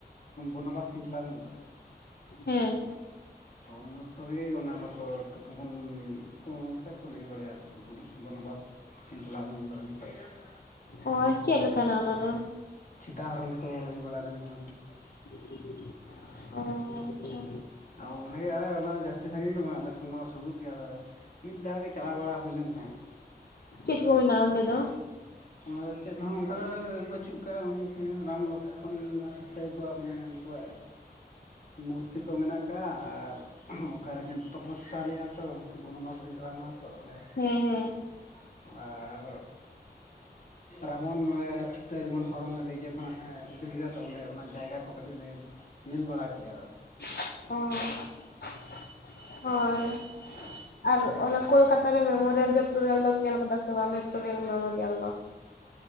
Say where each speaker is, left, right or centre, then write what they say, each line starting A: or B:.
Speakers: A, on the left; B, on the left.
A: ᱵᱚᱱᱟᱵᱟᱥ ᱠᱤᱱ ᱪᱟᱞᱟᱣ ᱞᱮᱱ ᱫᱚ
B: ᱦᱮᱸ
A: ᱦᱳᱭ ᱩᱱ ᱚᱛᱚ ᱜᱮ ᱚᱱᱟ ᱫᱚᱠᱚ ᱛᱩᱯᱚᱵᱚᱱ ᱠᱚ ᱚᱱᱠᱟ ᱠᱚ ᱞᱟᱹᱭ ᱵᱟᱲᱟᱭᱟ ᱛᱩᱯᱚᱵᱚᱱ ᱵᱚᱱᱚᱵᱟᱥ ᱠᱤᱱ ᱪᱟᱞᱟᱣ ᱢᱮᱱᱫᱚ ᱤᱱᱠᱷᱮ <unintelligible>
B: ᱚ ᱟᱨ ᱪᱮᱫ ᱞᱮᱠᱟᱱᱟ ᱚᱱᱟ ᱫᱚ?
A: ᱪᱷᱤᱛᱟ ᱦᱚᱨᱚᱱ ᱠᱚ ᱦᱩᱭ ᱵᱟᱲᱟ ᱞᱮᱱ ᱫᱚ <unintelligible>
B: <unintelligible> ᱚ ᱟᱪᱪᱷᱟ
A: ᱟ ᱚᱸᱰᱮᱮ ᱟᱞᱮ ᱡᱟᱹᱥᱛᱤ ᱥᱟᱺᱜᱤᱧ ᱫᱚ ᱵᱟᱝ <unintelligible> ᱟᱞᱮ ᱥᱮᱱ ᱠᱷᱚᱱ ᱥᱩᱨᱩᱜ ᱜᱮᱭᱟ ᱟᱫᱚ ᱢᱤᱫ ᱫᱷᱟᱣ ᱜᱮ ᱪᱟᱞᱟᱣ ᱵᱟᱲᱟ ᱦᱩᱭ ᱞᱮᱱ ᱛᱟᱦᱮᱸᱫ
B: ᱪᱮᱫ ᱠᱚ ᱢᱮᱱᱟᱜ ᱟ ᱚᱱᱰᱮ ᱫᱚ?
A: ᱦᱮᱸ <inaudible> ᱚᱱᱟᱫᱚ ᱪᱮᱫ ᱦᱚᱸ ᱚᱱᱠᱟ ᱫᱚ ᱵᱟᱹᱪᱩᱜ ᱠᱚᱣᱟ ᱩᱱᱠᱤᱱ ᱨᱟᱢ ᱞᱚᱠᱷᱚᱱ ᱪᱷᱤᱛᱟᱹ ᱠᱚᱣᱟᱜ ᱢᱟᱱᱮ ᱩᱱᱠᱩᱣᱟᱜ ᱢᱩᱨᱛᱤ ᱠᱚ ᱢᱮᱱᱟᱜ ᱠᱟᱜᱼᱟ ᱟᱨ <unintelligible> ᱚᱠᱠᱟ ᱨᱮᱠᱤᱱ ᱛᱚᱯᱚᱥᱭᱟ ᱞᱮᱫᱼᱟ ᱛᱚ ᱩᱱᱠᱤᱱ ᱵᱚᱱᱚᱵᱟᱥ ᱠᱤᱱ ᱪᱟᱞᱟᱣ ᱞᱮᱱᱟ ᱛᱚ ᱟᱞᱮ
B: ᱦᱮᱸ ᱦᱮᱸ
A: <unintelligible> ᱟᱨ ᱨᱟᱵᱚᱱ ᱱᱚᱰᱮ <unintelligible> ᱤᱛᱟᱹ ᱡᱮᱢᱚᱱ ᱦᱚᱨᱚᱱ ᱞᱮᱫ ᱤᱭᱟᱹ ᱠᱷᱚᱱᱟᱜ ᱤᱫᱤ ᱞᱮᱫᱟ ᱛᱚ ᱚᱸᱰᱮ ᱚᱱᱟ ᱡᱟᱭᱜᱟ ᱠᱚ ᱠᱟᱹᱴᱤᱡ ᱞᱮ ᱧᱮᱞ ᱵᱟᱲᱟ ᱠᱮᱜ-ᱟ
B: <unintelligible> ᱚ ᱦᱳ
A: ᱦᱮ <inaudible>
B: ᱟᱨ ᱚᱱᱟ ᱠᱳᱞᱠᱟᱛᱟ ᱨᱮ ᱢᱮᱢᱳᱨᱤᱭᱟᱞ ᱵᱷᱮᱠᱴᱳᱨᱤᱭᱟᱞ ᱫᱚᱢ ᱧᱮᱞ ᱟᱠᱟᱫᱟ ᱥᱮ ᱵᱟᱝ ᱵᱷᱮᱠᱴᱳᱨᱤᱭᱟᱞ ᱢᱮᱢᱳᱨᱤᱭᱟᱞ ᱫᱚ